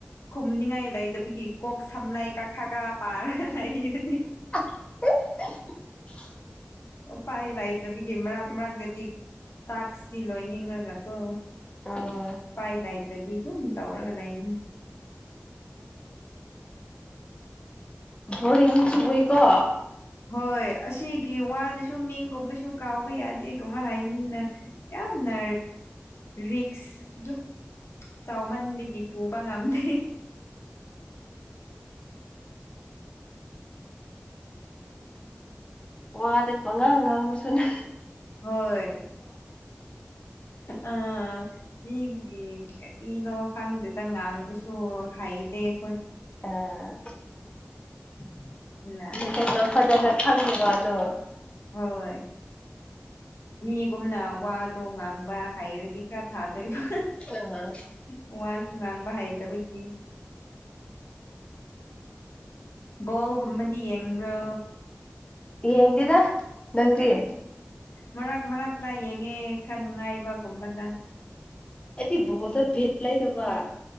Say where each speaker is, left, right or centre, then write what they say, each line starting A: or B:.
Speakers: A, on the left; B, on the left.
A: ꯈꯨꯝꯅꯤꯡꯉꯥꯏ ꯂꯩꯗꯕꯒꯤ ꯀꯣꯛ ꯁꯝ ꯂꯩ ꯀ ꯈꯒꯥ ꯄꯥꯔꯒ ꯂꯩꯕꯅꯤ
B: <unintelligible>
A: ꯎꯄꯥꯏ ꯂꯩꯇꯕꯒꯤ ꯃꯔꯛ ꯃꯔꯛꯒꯗꯤ ꯇꯥꯛꯁ ꯇꯤ ꯂꯣꯏꯅꯤꯡꯉꯒꯀꯣ
B: ꯑꯥ
A: ꯏꯄꯥꯏ ꯂꯩꯗꯇ꯭ꯔꯗꯤ ꯑꯗꯨꯝ ꯇꯧꯔꯒ ꯂꯩꯅꯤ
B: ꯕꯣꯔꯤꯡ ꯆꯨꯕꯩꯀꯣ
A: ꯍꯣꯏ ꯑꯁꯤꯒꯤ ꯋꯥꯗꯁꯨ ꯃꯤꯡꯒꯨꯝꯕꯁꯨ ꯀꯥꯎꯕ ꯌꯥꯗꯦꯒꯨꯝꯕ ꯍꯥꯏꯅꯤꯅ ꯌꯥꯝꯅ ꯔꯤꯛꯁ ꯗꯨ ꯆꯥꯎꯃꯟꯕꯒꯤ ꯄꯨꯕ ꯉꯝꯗꯦ
B: ꯋꯥꯗ ꯄꯉꯥꯡ ꯉꯥꯡꯕꯨꯁꯨꯅꯦ
A: ꯍꯣꯏ ꯑꯥ ꯃꯤꯒꯤ ꯀꯥꯔꯤꯅꯣ ꯈꯪꯗꯦꯗ ꯉꯥꯡꯕꯁꯨ ꯍꯩꯇꯦ ꯑꯩꯈꯣꯏ
B: ꯑꯥ
A: <unintelligible>
B: ꯀꯩꯅꯣ ꯐꯖꯅ ꯈꯪꯗꯦ ꯋꯥꯗꯣ
A: ꯍꯣꯏ ꯃꯤꯒꯨꯝꯅ ꯋꯥꯗꯣ ꯉꯥꯡꯕ ꯍꯩꯔꯗꯤ ꯈꯔ ꯐꯥꯗꯣꯏꯕ
B: ꯑꯥ
A: ꯋꯥꯁꯨ ꯉꯥꯡꯕ ꯍꯩꯇꯕꯒꯤ ꯕꯣꯜ ꯒꯨꯝꯕꯗꯤ ꯌꯦꯡꯕ꯭ꯔꯣ
B: ꯌꯦꯡꯗꯦꯗ ꯅꯪꯗꯤ
A: ꯃꯔꯛ ꯃꯔꯛꯇ ꯌꯦꯡꯉꯦ ꯈꯔ ꯅꯨꯡꯉꯥꯏꯕꯒꯨꯝꯕꯗ
B: ꯑꯩꯗꯤ ꯕꯣꯜꯇ ꯕꯤꯠ ꯂꯩꯇꯕ